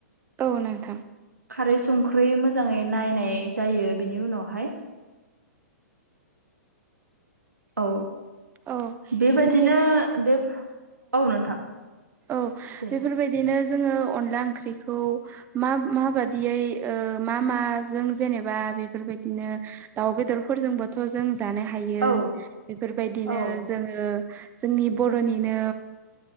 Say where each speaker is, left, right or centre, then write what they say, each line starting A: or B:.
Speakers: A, on the right; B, on the right.
A: औ नोंथां
B: खारै संख्रै मोजाङै नायनाय जायो बेनि उनावहाय औ
A: औ
B: बेबादिनो
A: बेफोरबायदिनो
B: बे औ नोंथां
A: औ
B: दे
A: बेफोरबायदिनो जोङो अनला ओंख्रिखौ मा माबादियै मा माजों जेनेबा बेफोरबायदिनो दाउ बेदरफोरजोंबोथ' जों जानो हायो
B: औ
A: बेफोरबायदिनो
B: औ
A: जों जोंनि बर'निनो